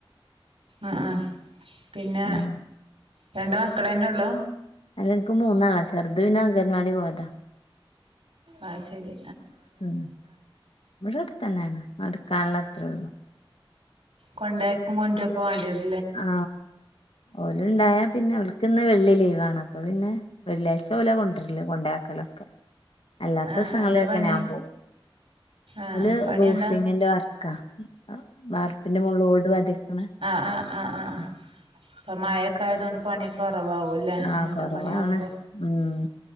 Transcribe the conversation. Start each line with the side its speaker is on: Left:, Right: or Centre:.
Right: അ ആ പിന്നെ
Left: ഉം
Right: രണ്ട് മക്കളന്നെ ഉള്ളു
Left: അല്ലെൻക്ക് മൂന്നാളാ ചെർത് പിന്നെ അംഗൻവാടി പോയതാ
Right: ആ ശെരി
Left: ഉം ഇവിടെടുത്തെന്നേണ് നടക്കാനുള്ളത്രേ ഒള്ളു
Right: കൊണ്ടയാക്കും കൊണ്ടൊര്ക്കെ വാണ്ടിരും
Left: ആ ഓലുണ്ടായ പിന്നെ ഓൽക്ക്ന്ന് വെള്ളി ലീവാണ് അപ്പൊ പിന്നെ വെള്ളിയാഴ്ച ഓലെ കൊണ്ടര്ല് കൊണ്ടാക്കലൊക്കെ അല്ലാത്തസങ്ങളിലൊക്കെ
Right: ആഹ് എന്താ പണി
Left: ഞാൻ പോവും
Right: ആഹ്
Left: ഓല്
Right: പണി
Left: റൂഫിങ്ങിന്റെ
Right: എന്താ
Left: വർ ക്ക വാർപ്പിന്റെ ഓട്പതിക്ക്ണെ
Right: അ ആ ആഅപ്പ മയൊക്കായതോണ്ട് പണിക്ക കവാവുല്ലേ
Left: ആഹ്
Right: അങ്ങൻത്തെ
Left: കൊറവാണ്
Right: പണിയാവുമ്പോ
Left: ഉം